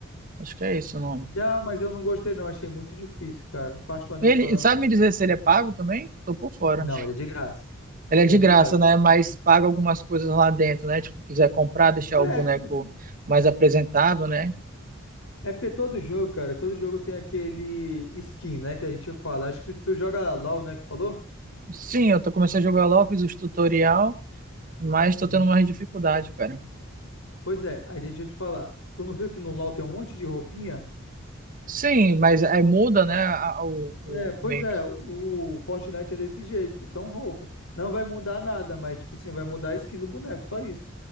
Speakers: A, on the right; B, on the left.
A: Acho que é esse o nome.
B: Já, mas eu não gostei, não. Achei muito difícil, cara. Particularmente
A: Ele,
B: falando.
A: sabe me dizer se ele é pago também? Tô por fora.
B: Não, ele é de graça.
A: Ele
B: Ele
A: é de
B: é
A: graça,
B: de graça.
A: né? Mas paga algumas coisas lá dentro, né? Tipo, quiser comprar, deixar
B: É,
A: o boneco
B: tipo assim.
A: mais apresentável, né?
B: É porque todo jogo, cara, todo jogo tem aquele skin, né, que a gente fala. Acho que tu, tu joga LoL, né, que tu falou?
A: Sim, eu tô, começando a jogar LoL, fiz os tutorial, mas tô
B: Uhum.
A: tendo mais dificuldade, cara.
B: Pois é, aí deixa eu te falar. Tu não viu que no LoL tem um monte de roupinha?
A: Sim, mas aí muda, né, a- o, o
B: É,
A: make.
B: pois é, o Fortnite é desse jeito, são roupas. Não vai mudar nada, mas, tipo assim, vai mudar a skin do boneco, só isso.